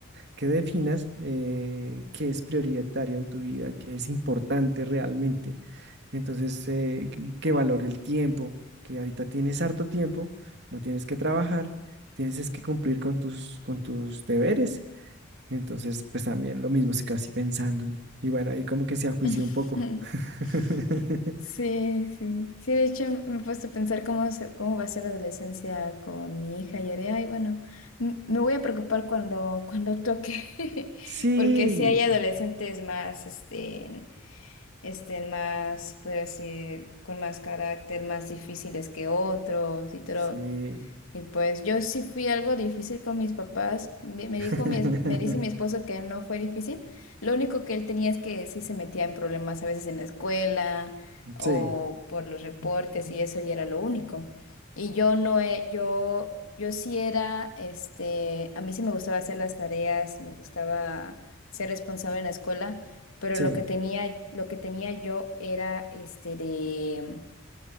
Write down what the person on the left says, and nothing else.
<laughs>
Sí, sí. Sí, de hecho me he puesto a pensar cómo, se- cómo va a ser la adolescencia con mi hija y haré, ay, bueno, m- me voy a preocupar cuando, cuando toque, <laughs>
porque si hay adolescentes más, este, este, más, por decir, con más carácter, más difíciles que otros y todo,
y pues yo sí fui algo difícil con mis papás. Me, me
dijo mi, es- me dice mi esposo que no fue difícil. Lo único que él tenía es que sí se metía en problemas a veces en la escuela o
por los reportes y eso y era lo único. Y yo no he, yo, yo sí era, este, a mí sí me gustaba hacer las tareas y me gustaba ser responsable en la escuela, pero
lo que tenía, lo que tenía yo era este de